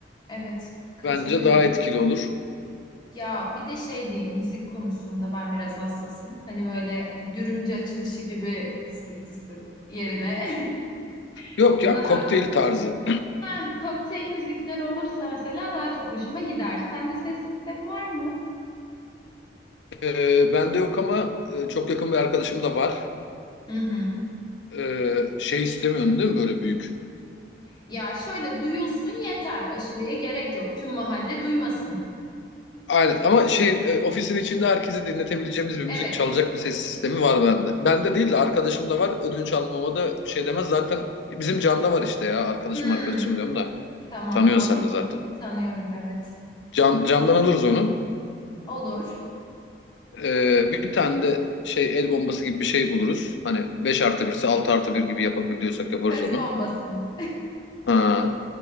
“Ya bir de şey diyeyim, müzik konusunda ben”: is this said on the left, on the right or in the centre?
Left